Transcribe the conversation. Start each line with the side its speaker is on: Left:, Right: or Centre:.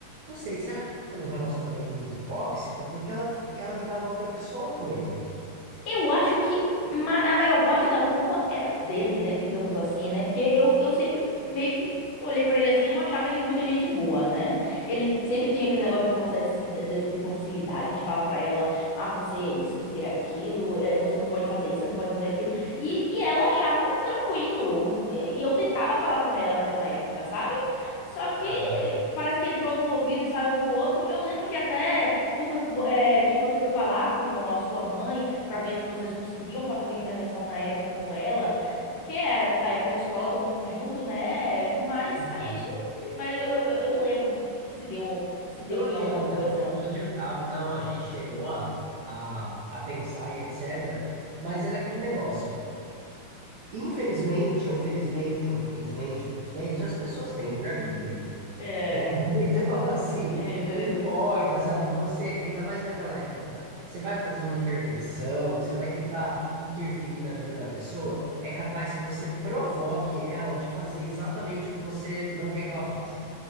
Right: Não sei, será que era um relacionamento muito tóxico? Porque ela, fi- ela virava outra pessoa com ele.
Left: Eu acho que ma- a maior parte da culpa era dele, né? Digamos assim, né? Porque eu, eu sempre meio que olhei pra ele assim, eu não achava ele muita gente boa, né? Ele sempre tinha aquele negócio de possessi- de, de possessividade, de falar pra ela, ah, você é isso, você é aquilo, eh, você não pode fazer isso, você não pode fazer aquilo. E, e ela achava tranquilo. O- E eu tentava falar com ela naquela época, sabe? Só que
Right: Aham.
Left: eh, parece que entrou num ouvido e saiu do outro. Eu lembro que até. Tu foi- vo- é, que você foi falar com a sua mãe para ver se vocês conseguiam fazer uma intervenção na época com ela, É porque é a época de escola todo mundo junto, né? Mas
Right: Uhum.
Left: a gente, mas eu, eu, eu não lembro que se deu se deu
Right: Não adianta,
Left: em alguma coisa.
Right: não, não adiantava. Não, a gente chegou a, a, a pensar e etc. Mas era aquele negócio. Infelizmente, ou felizmente, ou infelizmente, ou felizmente, as pessoas têm livre-arbítrio,
Left: É.
Right: né? <laughs> Então, assim,
Left: É, infelizmente.
Right: não importa, sabe? Você, ainda mais naquela época, você vai fazer uma intervenção, você vai tentar interferir na vida da pessoa, é capaz que você provoque ela de fazer exatamente o que você não quer que ela faça.